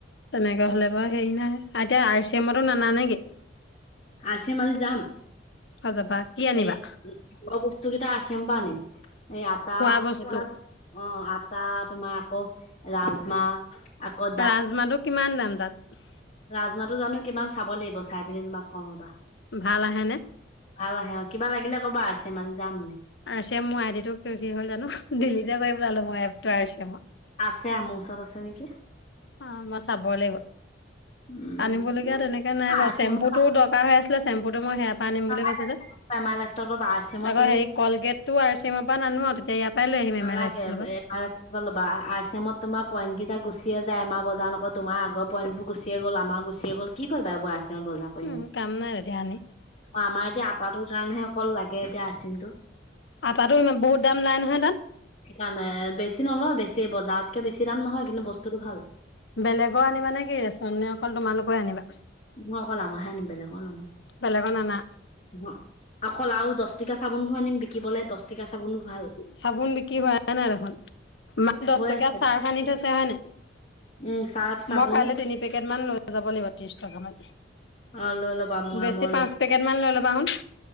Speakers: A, on the left; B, on the left.
A: তেনেককাে হ'লে বাৰু হেৰি নাই এতিয়া আৰ চি এমতো নানা নেকি?
B: আছে মাল যাম
A: অ' যাবা কি আনিবা?
B: এই বস্তু কেইটা আ চি এমৰ পৰা আনিম এই আটা
A: খোৱা বস্তু
B: সেইবিলাক অ আটা তোমাৰ আকৌ ৰাজমাহ, আকৌ
A: ৰাজমাহটো কিমান দাম তাত?
B: ৰাজমাটো জানো কিমান চাব লাগিব চাই পিনি তোমাক কম ৰ'বা।
A: ভাল আহেনে?
B: ভাল আহে অ, কিবা লাগিলে ক'বা আছে মাল যাম।
A: আৰ চি এম মোৰ আই ডি টো কি হ'ল জানো। ডিলিটে কৰি পেলালো মই এপটো আৰ চি এমৰ।
B: আছে মোৰ ওচৰত আছে নেকি?
A: অ মই চাব লাগিব
B: উম
A: আনিবলগীয়া তেনেকে নাই
B: আৰ
A: বাৰু
B: চি
A: চেম্পুটোও
B: এমত
A: দৰকাৰ হৈ আছিলে চেম্পু টো মই সেয়াৰ পৰা আনিম
B: নালাগে,
A: বুলি কৈছো যে,
B: এম আই লাইফষ্টাইলৰ পৰা আৰ চি এমত
A: আকৌ
B: তুমি
A: হেৰি কলগেটটো আৰ চিমাৰ পৰা নানো আৰু <unintelligible>
B: নালাগে
A: ষ্টিলৰ পৰা।
B: লবা। আৰ চি এমত তোমাৰ পইণ্ট কেইটা গুচিয়ে যায় এ মাহ বজাৰ নক তোমাৰ আগত পঞজবোৰ গুচিয়ে গ'ল আমাৰ গুচিয়ে গ'ল কি কৰিবা এইবোৰ আৰ চি এমত বজাৰ কৰি
A: উম,
B: নি
A: কাম নাই তেতিয়া আনি।
B: অ আমাৰ এতিয়া আটাটোৰ কাৰণেহে অকল লাগে এতিয়া আৰ চি এমটো।
A: আটাটো ইমান বহুত দাম নাই নহয় তাত।
B: সেইকাৰণে বেছি নলয় বেছি বজাৰতকে বেছি দাম নহয় কিন্তু বস্তুতটো ভাল।
A: বেলেগৰ আনিবা নেকি ৰেচ নে অকল তোমালোকে আনিবা?
B: মই অকল আমাৰহে আনিম বেলেগৰ নানো।
A: বেলেগৰ নানা।
B: অ অকল আউ দচ টকাকিয়া চাবোনবোৰ আনিম বিকিবলে দচ ঠিকা চাবনবোৰ ভাল
A: চাবোন বিক্ৰী হোৱাইে নাই দেখোন, মাই দহ
B: হৈ
A: টকীয়া
B: আছে
A: চাৰ্ফ আনি থৈছে হয় নাই।
B: উম চাৰ্ফ চাবোন
A: মই কাইলৈ তিনি পেকেট মান লৈ যাব লাগিব ত্ৰিশ টকামান।
B: অ লৈ ল'বা মই
A: বেছি
B: মই লৈ
A: পাঁচ পেকেট মান লৈ ল'বা হোন।